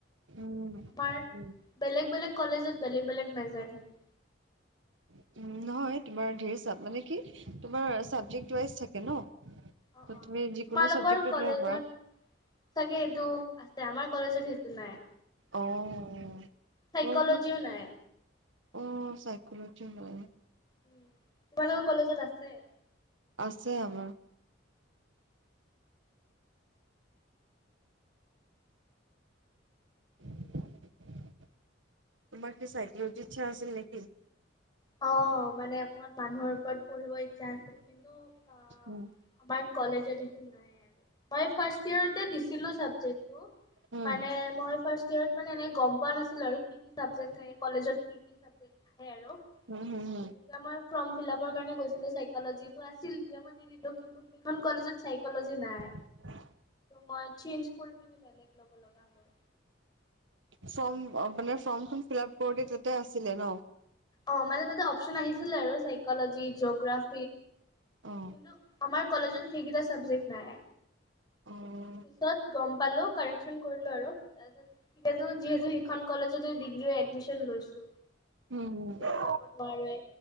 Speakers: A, on the right; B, on the left.
A: উম।
B: আমাৰ
A: উম,
B: বেলেগ বেলেগ কলেজত বেলেগ বেলেগ নজৰ থাকিব।
A: উ, নহয় তোমাৰ ধৰ চ মানে কি তোমাৰ চাবজেক্ট ৱাইজ থাকে ন।
B: অ',
A: ত'
B: অ',
A: তুমি যিকোনো
B: তোমালোকৰ
A: চাবজেক্টত
B: কলেজত
A: ল'ব পাৰা।
B: চাগে সেইটো আছে, আমাৰ কলেজত সেইটো নাই।
A: অ',
B: চাইকলজিও নাই।
A: অ', চাই <unintelligible>
B: উ তোমালোকৰ কলেজত আছে।
A: আছে আমাৰ। <inaudible> তোমাৰ কি চাইকলজি ইচ্ছা আছিল নেকি।
B: অ', মানে অকমান মানুহৰ ওপৰত পঢ়িব ইচ্ছা আছিল কিন্তু অ',
A: উম।
B: আমাৰ কলেজতটো নাই আৰু মই ফাৰ্ষ ই দিছিলো
A: উম,
B: মানে মই ফ্ষৰত মানে না আৰু কি কিাবক কলেজত কি কি
A: উম হুম
B: তেতিয়া
A: হুম।
B: মই ফৰ্ম ফিল আপৰ কাৰণে গৈছিলো চাইকজিটো আছিল তেতিয়া মই দি দিলো কিন্তু সেইখন কলেজত চাইকজি নাই।
A: হয়।
B: মই চিঞজ ফুল পি বেলেগ ল'ব লগা হ'ল।
A: ফৰ্ম মানে ফৰ্মখন ফিল আপ কৰি দি তাতে আছিলে ন।
B: অ', মানে তাতে অপচন আহিছিলে আৰু চাইকজি জি'গ্ৰাফ
A: অ',
B: কিন্তু আমাৰ কলেজত সেইকেইটা চাবজেক্ট নাই।
A: অ',
B: পিছত গম পালো কাৰেকচন কৰিলো আৰু তাৰপিছত ইয়ো যিহেতু সিখন কলেজতে ডিগ্ৰী এডমিশন লৈছো।
A: হুম, হুম,
B: লব নোৱাৰোৱে